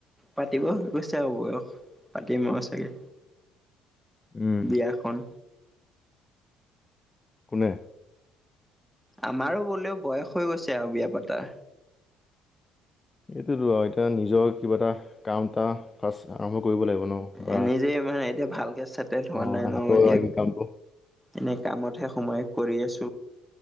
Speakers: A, in the centre; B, on the left.
A: পাতিব হৈ গৈছে আৰু বয়স পাতিম আও চাগে।
B: <inaudible> উম
A: বিয়াখন।
B: কোনে?
A: আমাৰো বুলেও বয়স হৈ গৈছে আও বিয়া পাতা।
B: এইটোতো আও এতিয়া নিজৰ কিবা এটা কামতা ফাছ আৰম্ভ কৰিব লাগিব ন বা
A: এনে যে ইমান এতিয়া ভালকে চেটেল হোৱা
B: অ
A: নাই ন'
B: হাতৰ
A: এতিয়া
B: ইনকামটো
A: এনে কামতহে সময় কৰি আছ